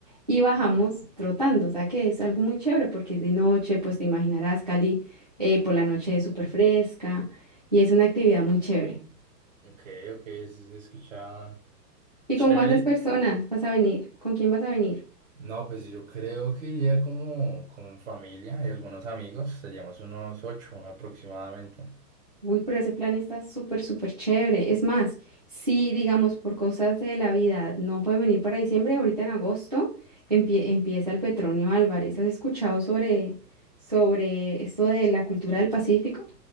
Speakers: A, on the right (about 25°); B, on the right (about 45°).
A: Y bajamos trotando, o sea que es algo muy chévere porque es de noche, pues te imaginarás, Cali, eh, por la noche es súper fresca y es una actividad muy chévere.
B: Ok, ok, eso se escuchaba
A: ¿Y
B: chévere.
A: con cuántas personas vas a venir? ¿Con quién vas a venir?
B: No, pues yo creo que iría como con familia y algunos amigos, seríamos unos ocho aproximadamente.
A: Uy, pero ese plan está súper, súper chévere. Es más, si digamos por cosas de la vida no pueden venir para diciembre, ahorita en agosto empie- empieza el Petronio Álvarez. ¿Has escuchado sobre, sobre esto de la cultura del Pacífico?